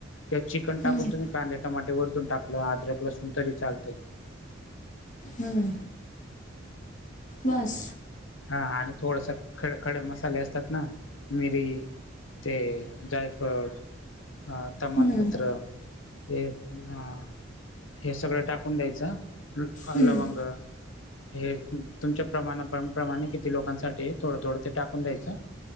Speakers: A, on the left; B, on the left.
A: त्यात चिकन टाकून
B: हम्म
A: तुम्ही कांदे, टमाटे वरतून टाकलं अद्रक लसून तरी चालतय.
B: हमम. बास
A: हा आणि थोडस खडखड मसाले असतात ना मिरी ते जायफळ ह तमालपुत्र
B: हम्म
A: हे ह. हे सगळं टाकून द्यायचं
B: हम्म
A: लवंग हे तुमच्या प्रमाणात प्रमाणे किती लोकांसाठी थोडं थोडं ते टाकून द्यायचं.